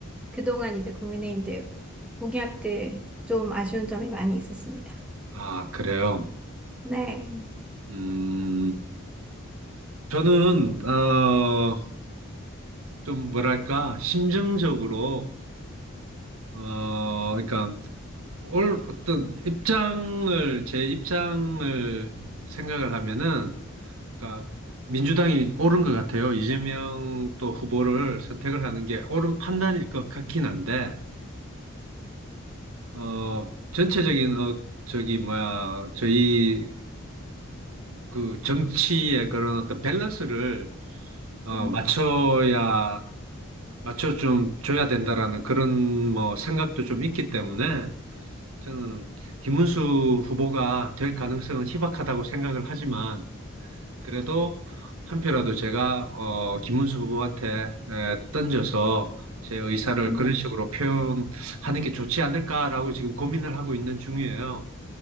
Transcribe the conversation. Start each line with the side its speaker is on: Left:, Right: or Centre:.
Centre: 그동안 이제 국민의힘들 공약들 좀 아쉬운 점이 많이 있었습니다.
Right: 아, 그래요.
Centre: 네.
Right: 음, 저는 어. 좀 뭐랄까, 심정적으로, 어, 그러니까, 올 어떤 입장을, 제 입장을 생각을 하면은, 그러니까, 민주당이 옳은 것 같아요. 이재명 또 후보를 선택을 하는 게 옳은 판단일 것 같긴 한데, 어, 전체적인, 어, 저기, 뭐야, 저희 그 정치의 그런 어떤 밸런스를, 어,
Centre: 음,
Right: 맞춰야, 맞춰 좀 줘야 된다라는 그런 뭐 생각도 좀 있기 때문에, 저는 김문수 후보가 될 가능성은 희박하다고 생각을 하지만 그래도 한 표라도 제가 어, 김문수 후보한테 에, 던져서 제 의사를
Centre: 음.
Right: 그런 식으로 표현하는 게 좋지 않을까라고 지금 고민을 하고 있는 중이에요.